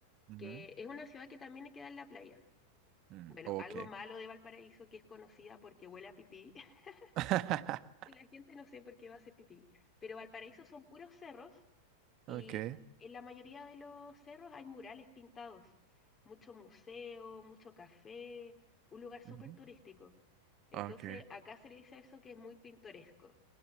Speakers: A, on the right (about 35°); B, on the left (about 20°).
A: Ujú.
B: que es una ciudad que también queda en la playa.
A: Mm,
B: Bueno,
A: ok.
B: algo malo de Valparaíso que es conocida porque huele a pipí. <laughs>
A: <laughs>
B: Y la gente no sé por qué va a hacer pipí. Pero Valparaíso son puros cerros y
A: Ok.
B: en la mayoría de los cerros hay murales pintados. Mucho museo, mucho café, un lugar súper
A: Ujú.
B: turístico. Entonces,
A: Ok,
B: acá se le dice a eso que es muy pintoresco.